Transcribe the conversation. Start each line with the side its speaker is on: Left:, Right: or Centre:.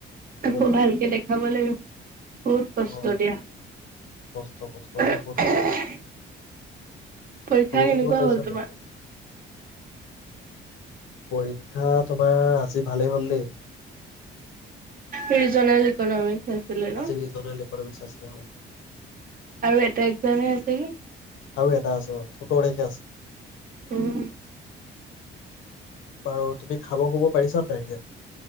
Left: তোমাক
Right: আকৌ ভালকে দেখাব লাগিব। বহুত কষ্ট
Left: অ
Right: দিয়া
Left: কষ্ট কষ্ট
Right: পৰীক্ষা
Left: দেই বহুত কষ্ট খাব
Right: কেনেকুৱা
Left: মেলিব পাৰিছা
Right: হ'ল তোমাৰ
Left: নাই পৰীক্ষা তোমাৰ আজি ভালেই হ'ল দেই
Right: ৰিজনেল ইকনামি আছিলে ন
Left: আজি ৰিজনেল ইকনমিক্স আছিলে হয়
Right: আৰু এটা একজামে আছে গে
Left: আৰু এটা আছে অ সোতৰ তাৰিখে আছে
Right: উম
Left: বাৰু তুমি খাব শুব পাৰিছা নাই এতিয়া